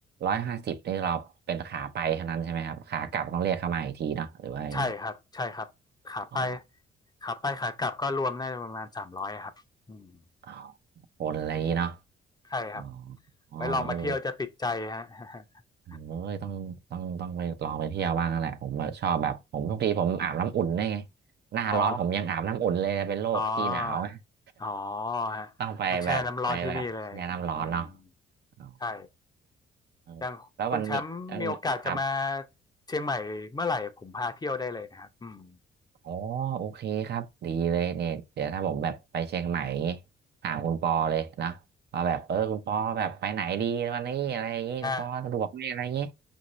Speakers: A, on the right (about 55°); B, on the left (about 20°).
A: ร้อยห้าสิบนี่เราเป็นขาไปเท่านั้นใช่ไหมครับขากลับต้องเรียกเข้ามาอีกทีเนาะหรือว่ายังไง
B: ใช่ครับใช่ครับขาไป
A: อ๋อ
B: ขาไปขากลับก็รวมได้ประมาณสามร้อยครับอืม
A: อ๋อคนอะไรอย่างนี้เนาะ
B: ใช่ครับ
A: อ๋ออ๋อเออ
B: ไว้ลองมาเที่ยวจะติดใจฮะ <laughs>
A: โอ้ยต้องต้องต้องไปลองไปเที่ยวบ้างนั่นแหละผมแบบชอบแบบผมทุกทีผมอาบน้ำอุ่นได้ไงหน้าร้อนผมยังอาบน้ำอุ่นเลยเป็นโรคขี้หนาวไห
B: อ๋ออ๋ออ๋อ
A: <laughs>
B: ฮะมาแช่น้ำร้อนที่นี่เลยอืม
A: ต้องไปแบบไปแบบแช่น้ำร้อนเนาะอ๋อ
B: ใช่
A: เออแล้ววันนี้เอิ่มครับ
B: อย่างคุณแชมป์มีโอกาสจะมาเชียงใหม่เมื่อไหร่ผมพาเที่ยวได้เลยนะครับอืม
A: อ๋อโอเคครับดีเลยเนี่ยเดี๋ยวถ้าผมแบบไปเชียงใหม่อย่างงี้ถามคุณปอเลยนะว่าแบบเออคุณปอแบบไปไหนดีวันนี้อะไรอย่างงี้คุณปอสะดวกไหมอะไรอย่างงี้
B: อ่า